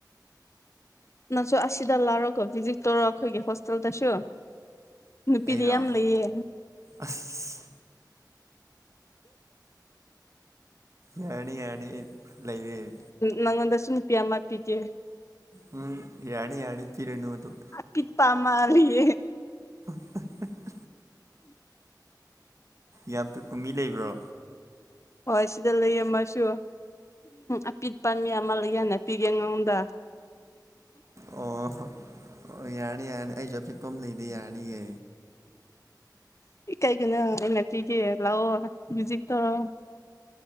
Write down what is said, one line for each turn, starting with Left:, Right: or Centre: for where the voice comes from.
Left: ꯅꯪꯁꯨ ꯑꯁꯤꯗ ꯂꯥꯎꯔꯒꯣ ꯚꯤꯖꯤꯠ ꯇꯧꯔ ꯑꯩꯈꯣꯏꯒꯤ ꯍꯣꯁꯇꯦꯜꯗꯁꯨ ꯅꯨꯄꯤꯗꯤ
Right: ꯑꯩꯔꯣ
Left: ꯌꯥꯝ ꯌꯥꯝ ꯂꯩꯌꯦ
Right: ꯑꯁ ꯌꯥꯔꯅꯤ ꯌꯥꯔꯅꯤ ꯑꯩ ꯂꯩꯔ
Left: ꯅꯪꯣꯗꯁꯨꯨꯝ ꯅꯨꯄꯤꯤ ꯃꯥ ꯄꯤ ꯀꯦ
Right: ꯎꯝ ꯌꯥꯅꯤ ꯌꯥꯅꯤ ꯄꯤꯔꯅ ꯑꯗꯨ
Left: ꯄꯤꯠ ꯄꯥ ꯃꯥꯔꯤꯌꯦ
Right: <inaudible> ꯌꯥꯝ ꯄ ꯀꯨꯝꯕꯤ ꯂꯩꯕ꯭ꯔꯣ
Left: ꯍꯣꯏ ꯁꯤꯗ ꯂꯩꯌꯦ ꯑꯃꯁꯁꯨ ꯑꯄꯤꯠꯄ ꯃꯤ ꯑꯃ ꯂꯩ ꯍꯥꯏꯅ ꯄꯤꯒꯦ ꯑꯩꯉꯣꯟꯗ
Right: ꯑꯣ ꯑꯣ ꯌꯥꯔꯅꯤ ꯌꯥꯔꯅꯤ ꯑꯩꯁꯨ ꯑꯄꯤꯛꯄ ꯂꯩꯗ ꯌꯥꯔꯅꯤꯌꯦ
Left: ꯀꯩꯒꯤꯅꯣ ꯑꯩꯩꯅ ꯄꯤꯒꯦ ꯂꯥꯛꯑꯣ ꯃ꯭ꯌꯨꯖꯤꯛ ꯇꯧꯔꯣ